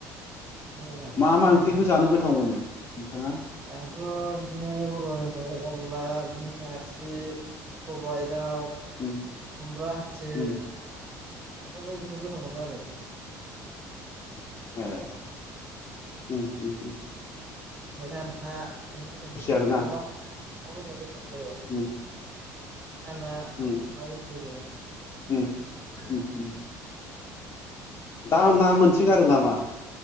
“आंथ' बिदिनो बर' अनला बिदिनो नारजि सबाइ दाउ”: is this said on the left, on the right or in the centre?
Right